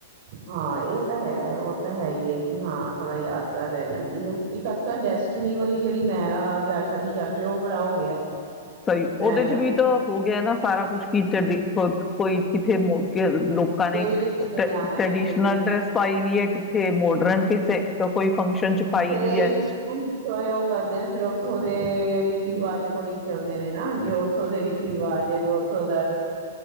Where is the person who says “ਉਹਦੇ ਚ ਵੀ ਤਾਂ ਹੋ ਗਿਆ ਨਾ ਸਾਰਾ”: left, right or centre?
Left